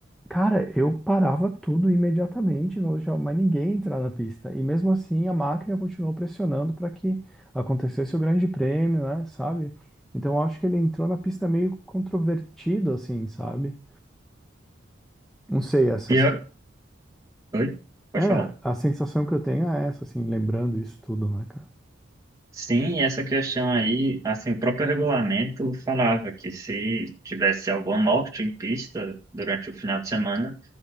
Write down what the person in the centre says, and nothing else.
Cara, eu parava tudo imediatamente, não deixava mais ninguém entrar na pista. E mesmo assim, a máquina continuou pressionando para que acontecesse o Grande Prêmio, né? Sabe? Então, eu acho que ele entrou na pista meio controvertido, assim, sabe? Não sei, essa
se-
é
a sensação que eu tenho é essa, assim, lembrando isso tudo, né, cara?